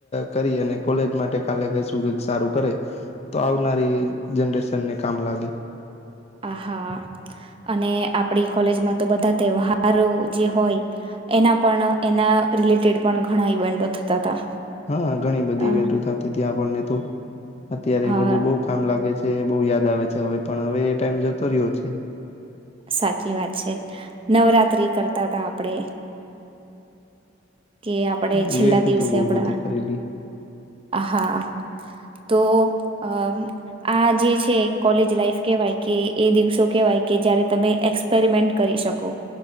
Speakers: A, on the left; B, on the right.
A: કરી અને કોલેજ માટે કાલે કશું કક સારું કરે તો આવનારી જનરેશનને કામ લાગે
B: આ હા અને આપડી કોલેજમાં તો બધા તહેવારો જે હોય એના પણ એના રિલેટેડ પણ ઘણા ઇવેન્ટો થતા હતા
A: હા ઘણી બધી
B: અ
A: ઈવેન્ટ થતીતી આપણને તો અત્યારે
B: હા
A: બધું બઉ કામ લાગે છે. બો યાદ આવે છે, હવે પણ હવે એ ટાઈમ જતો રહ્યો છે.
B: સાચી વાત છે, નવરાત્રી કરતા હતા આપણેે કે આપણે
A: હ
B: છેલ્લા
A: ઇવેન્ટુ
B: દિવસે
A: તો બો
B: આપણા
A: બધી કરેલી
B: હા તો અ આ જે છે, કોલેજ લાાઈફ કેહેવાય કે એ દિવસો કેહેવાય કે જ્યારે તમે એક્સપેરિમેન્ટ કરી શકો